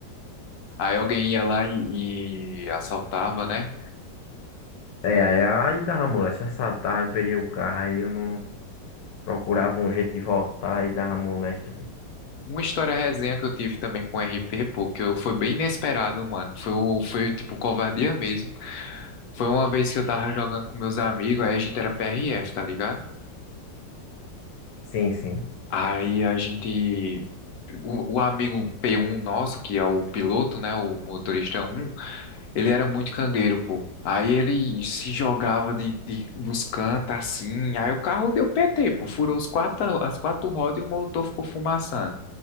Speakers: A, on the left; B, on the left.
A: Aí alguém ia lá e, e assaltava, né?
B: É, aí, aí dava molesta, assaltava, eu perdia o carro, aí eu não procurava um jeito de voltar, aí dava molesta.
A: Uma história resenha que eu tive também com o RP, pô, que eu, foi bem inesperado, mano. Foi, o- foi tipo covardia mesmo. Foi uma vez que eu tava jogando com meus amigos, aí a gente era PRF, tá ligado?
B: Sim, sim,
A: Aí a gente. O, o amigo p um nosso, que é o piloto, né? O motorista um, ele era muito cangueiro, pô. Aí ele se jogava de, de, dos cantos assim. Aí o carro deu PT, pô. Furou os quatro, as quatro rodas e o motor ficou fumaçando.